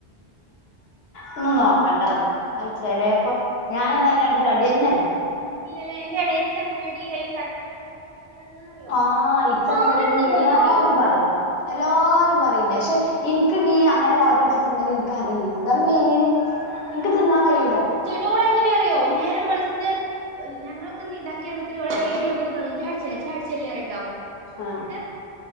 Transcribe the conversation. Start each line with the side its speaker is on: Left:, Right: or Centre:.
Left: ന്നുംനോക്കണ്ടന്ന് അയ് ചെലേപ്പൊ ഞാനൊന്നും അയിന്നാണ്ടി തടിയെനെല്ല്യ
Right: ഇല്ലലേ എന്റെ എളേച്ചി അങ്ങനേടി അയ്‌ന് തടിചാൻ <unintelligible> പൂതിയണ്ന്നറിയോ
Left: ആഹ്
Right: എന്ത്മാതിരിത്തിന്നും
Left: ഇച്ച അങ്ങനെയടി എല്ലാരും
Right: ന്നറിയോ
Left: പറയും എല്ലാരും പറയുന്നെ ക്ഷെ ഇന്ക്ക്ണ്ണി അങ്ങനെ വാരിവൽച്ച് തിന്നല് ഇൻക്കറീല്ല അതാണ് മെയിന് ഇൻക്ക് തിന്നാൻ കഴ്യൂല
Right: തോളെങ്ങനെറിയോ നേരം വെൾത്ത് ഒര് ഞങ്ങളൊക്കെന്ന് ഇണ്ടാക്കിവരുമ്പോതീന്ന് ഓള് ഒരുഏഴണിആകുമ്പോതിന് തൊടങ്ങും ചായട്ച്ചല്ലെ ചായട്ച്ചല്ലേറട്ടോ
Left: ആഹ്
Right: ന്ന്ട്ട്